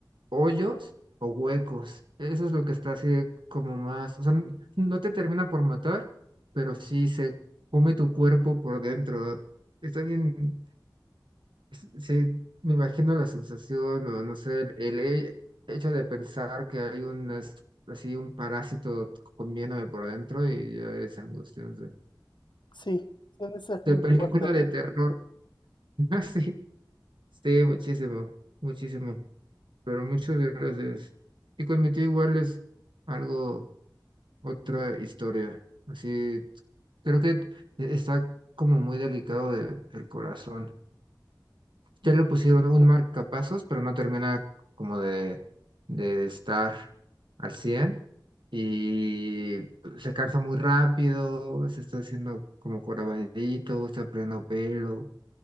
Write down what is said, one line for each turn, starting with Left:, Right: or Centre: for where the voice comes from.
Right: hoyos o huecos. Eso es lo que está así como más, o sea, n- no te termina por matar, pero sí se come tu cuerpo por dentro. Está bien S- Sí, me imagino la sensación, o no sé, el, el he- hecho de pensar que hay un, así un parásito comiéndome por dentro y ya es angustiante.
Left: Sí, debe ser
Right: De
Left: muy
Right: película
Left: fuerte.
Right: de terror. <laughs> Ah, Sí, sí, muchísimo, muchísimo. Pero muchas gracias. Y conmigo igual es algo, otra historia. Así, creo que e-, está como muy delicado de- del corazón. ya
Left: Ya.
Right: le pusieron un marcapasos, pero no termina como de, de estar al 100 y pues, se cansa muy rápido, se está haciendo como jorobadito, está perdiendo pelo,